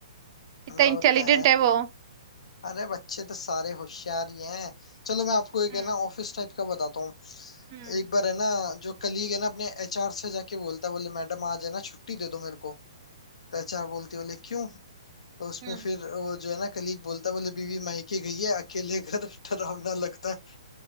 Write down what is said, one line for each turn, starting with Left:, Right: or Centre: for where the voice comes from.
Right: इतना
Left: हाँ, होता
Right: इंटेलिजेंट
Left: है
Right: है वो
Left: अरे बच्चे तो सारे होशियार ही हैं चलो मैं आपको एक
Right: हम्म
Left: है ना ऑफिस टाइप का बताता हूँ
Right: हम्म
Left: एक बार है ना जो कलीग है ना अपने एचआर से जाके बोलता है बोले मैडम आज है ना छुट्टी दे दो मेरे को तो एचआर बोलती है बोले क्यों तो उसमें
Right: हम्म
Left: फिर वो जो है ना कलीग बोलता है, बोले बीवी मायके गई है अकेले घर <laughs> डरावना लगता है